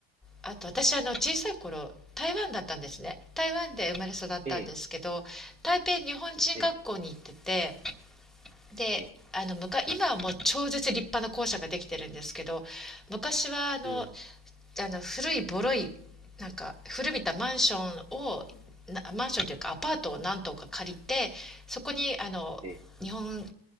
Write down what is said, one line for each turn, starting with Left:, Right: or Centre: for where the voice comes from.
Centre: あと私、あの、小さい頃、台湾だったんですね。台湾で生まれ育ったんですけど、
Right: ええ、
Centre: 台北日本人学校に行ってて、
Right: ええ、
Centre: で、
Right: ええ、
Centre: あの昔今はもう超絶立派な校舎ができてるんですけど昔はあの
Right: うん。
Centre: あの古いボロいなんか古びたマンションをなマンションというかアパートを何棟か借りてそこにあの日本
Right: ええ、